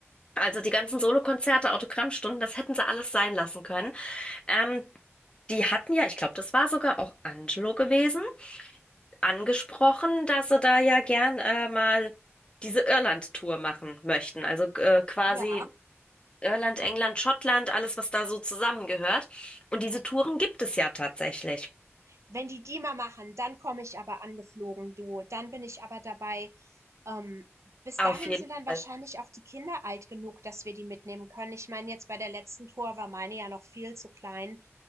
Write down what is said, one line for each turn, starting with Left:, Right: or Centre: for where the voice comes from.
Left: Also die ganzen Solokonzerte, Autogrammstunden, das hätten sie alles sein lassen können. Ähm, die hatten ja, ich glaube, das war sogar auch Angelo gewesen, angesprochen, dass sie da ja gern äh, mal diese Irland-Tour machen möchten. Also äh, quasi
Right: Ja.
Left: Irland, England, Schottland, alles, was da so zusammengehört. Und diese Touren gibt es ja tatsächlich.
Right: Wenn die die mal machen, dann komme ich aber angeflogen, du. Dann bin ich aber dabei. Ähm, bis
Left: Auf
Right: dahin
Left: jeden
Right: sind dann
Left: Fall.
Right: wahrscheinlich auch die Kinder alt genug, dass wir die mitnehmen können. Ich meine, jetzt bei der letzten Tour war meine ja noch viel zu klein,